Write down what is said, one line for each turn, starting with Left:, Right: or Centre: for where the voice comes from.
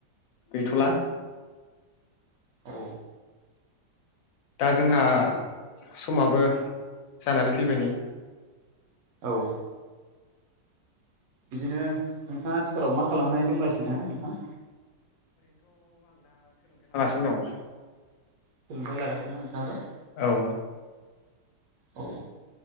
Left: गैथ'ला।
Right: औ।
Left: दा जोंहा समाबो जानानै फैबाय नै।
Right: औ बिदिनो नोंथाङा आथिखालाव मा खालामनानै दंगासिनो नोंथां?
Left: न' <unintelligible>
Right: सोलोंथाइ लागासिनोना नोंथाङाबो?
Left: औ।
Right: औ